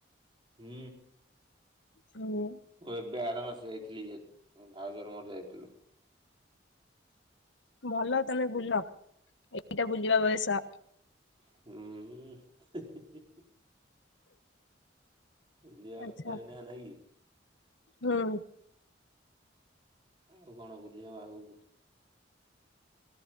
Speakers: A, on the right; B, on the left.
A: ହୁଁ।
B: ହୁଁ।
A: ମୁଁ ଏବେ ଆର ମାସେ ଯାଇଥିଲି ଯେତୁ ଭାଉଜର ମୋର ଯାଇଥିଲୁ।
B: ଭଲ ତମେ ବୁଲ, ଏଇଟା ବୁଲିବା ବୟସ।
A: ହୁଁ <inaudible> ବୁଲିଆ
B: ଆଚ୍ଛା
A: କଥା ଏଇନା ନାଇଁ କି
B: ହୁଁ।
A: ଆଉ କଣ ବୁଲିହବ ଆଗକୁ।